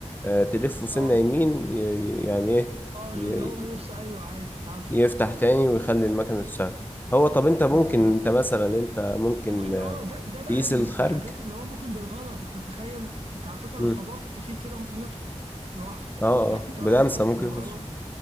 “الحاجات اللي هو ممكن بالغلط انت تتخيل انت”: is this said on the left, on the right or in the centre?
Right